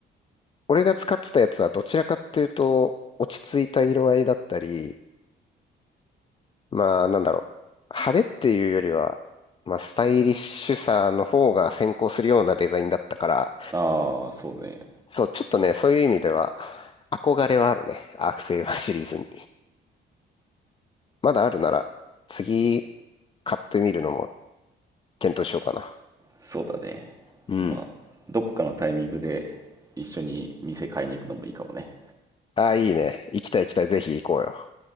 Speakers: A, on the left; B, on the right.
A: 俺が使ってたやつはどちらかっていうと、落ち着いた色合いだったり、まあなんだろう、派手っていうよりは、まあスタイリッシュさの方が先行するようなデザインだったから、
B: ああ、そうね。
A: そう、ちょっとね、そういう意味では、憧れはあるね。アークセイバーシリーズに。まだあるなら、次買ってみるのも検討しようかな。
B: そうだね
A: うん。
B: まあどこかのタイミングで一緒に店買いに行くのもいいかもね
A: ああ、いいね。行きたい行きたい。ぜひ行こうよ。